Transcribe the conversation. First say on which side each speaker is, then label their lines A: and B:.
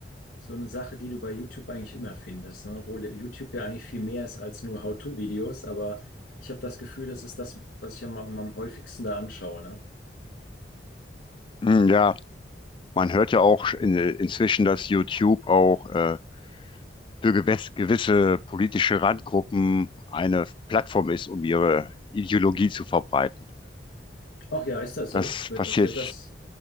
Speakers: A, on the left; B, on the left.
A: so eine Sache, die du bei YouTube eigentlich immer findest, ne? Obwohl YouTube ja eigentlich viel mehr ist als nur How-to-Videos, aber ich habe das Gefühl, das ist das, was ich am, am am häufigsten da anschaue, ne?
B: Hm, Ja, man hört ja auch in, inzwischen, dass YouTube auch äh, für gewes- gewisse politische Randgruppen eine Plattform ist, um ihre Ideologie zu verbreiten.
A: Ach ja, ist das
B: Das
A: so? Wird
B: passiert
A: das, wird das,